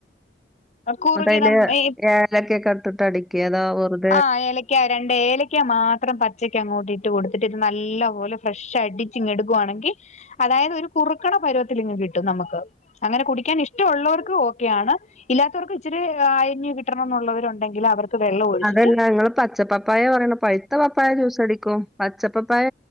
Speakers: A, on the left; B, in the centre.
A: കുറുകി
B: അതയ്ല്
A: നമ്മ
B: ഏലൊക്കെ കെ ഇട്ടിട്ട് അടിക്ക അതോ വേർ
A: ആഹ് ഏലയ്ക്ക രണ് ഏലയ്ക്ക മാത്രം പച്ചക്ക അങ്ങോട്ടി ഇട്ട് കൊടുത്തിട്ട് ഇത് നല്ല പോലെ ഫ്രഷ അടിച്ച് ഇങ്ങൊടുക്കുവാണെങ്കിൽ അതായത് ഒരു കുറുക്ണ പരുവത്തിലിങ്ങ് കിട്ടും നമുക്ക് അങ്ങനെ കുടിക്കാൻ ഇഷ്ടവുള്ളോർക്ക് ഓക്കെയാണ്. ഇല്ലാത്തവർക്ക് ഇച്ചിരി അയന്യം കിട്ടണംന്നുള്ളവരുണ്ടെങ്കിൽ അവർക്ക് വെള്ളം ഒഴിച്ചിട്ട്
B: അതല്ല നിങ്ങൾ പച്ചപ്പപ്പായ പറയണെ പഴുത്ത പപ്പായ ജ്യൂസടിക്കും പച്ചപ്പപ്പായ